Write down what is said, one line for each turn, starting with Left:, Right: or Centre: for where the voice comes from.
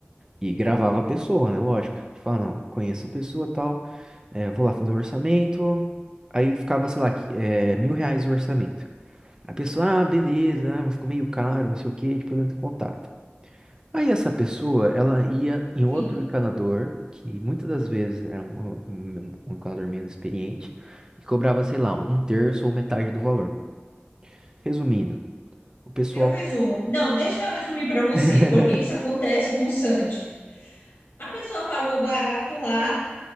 Right: e gravava a pessoa, né? Lógico. Ele fala, não, conheço a pessoa tal, é, vou lá fazer um orçamento. Aí ficava, sei lá, que- é, mil reais o orçamento. A pessoa, ah, beleza, ah, mas ficou meio caro, não sei o quê, depois entra em contato. Aí essa pessoa, ela ia em outro
Left: Sim.
Right: encanador, que muitas das vezes era um, um, um encanador menos experiente, e cobrava, sei lá, um terço ou metade do valor. Resumindo, o pessoal
Left: Eu resumo. Não, deixa eu resumir para você,
Right: <laughs>
Left: porque isso acontece com o Sandy. A pessoa pagou barato lá,